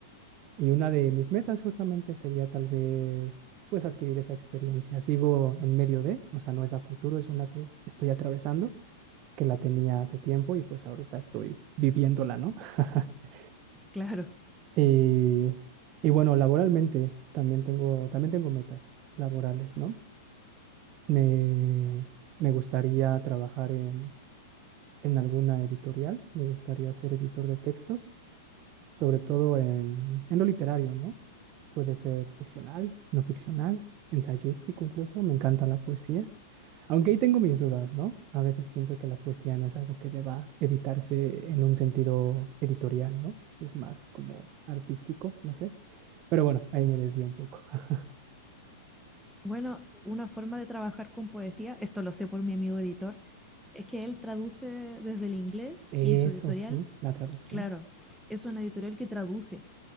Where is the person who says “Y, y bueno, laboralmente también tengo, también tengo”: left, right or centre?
Right